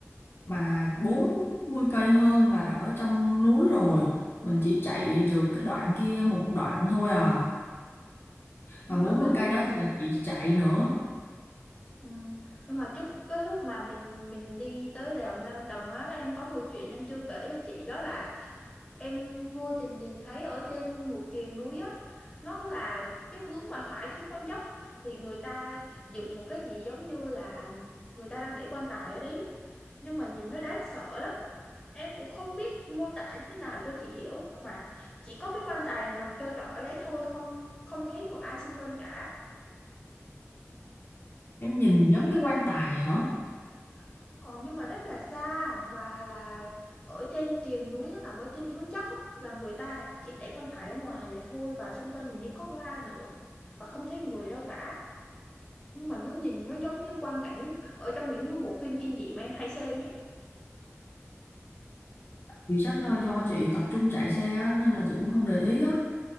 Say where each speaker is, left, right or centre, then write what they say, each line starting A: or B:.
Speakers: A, on the left; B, on the left.
A: mà 40 cây hơn là đã ở trong núi rồi mình chỉ chạy
B: Ừ.
A: được cái đoạn kia một đoạn thôi à
B: nhưng
A: mà 40
B: mà cái lúc
A: cây đó thì là chị chạy nữa
B: ừ, nhưng mà trước cái lúc mà mình mình đi tới đèo mười lăm tầng á em có một chuyện em chưa kể cho chị đó là em vô tình nhìn thấy ở trên một triền núi á nó là cái hướng mà thoải xuống con dốc thì người ta dựng một cái gì giống như là người ta đang để quan tài ở đấy á. nhưng mà nhìn nó đáng sợ lắm em cũng không biết mô tả như thế nào cho chị hiểu nhưng mà chỉ có cái quan tài nằm trơ trọi ở đấy thôi không không thấy một ai xung quanh cả
A: Em nhìn giống cái quan tài hả?
B: Đúng rồi, nhưng mà rất là xa và là ở trên triền núi nó nằm ở trên hướng dốc á, là người ta chỉ để quan tài ở ngoài vậy thôi và xung quanh thì như có hoa nữa và không thấy người đâu cả nhưng mà nó nhìn nó giống như quang cảnh ở trong những cái bộ phim kinh dị mà em hay xem ấy
A: Vì chắc là do chị tập trung chạy xe á, nên là chị cũng không để ý á.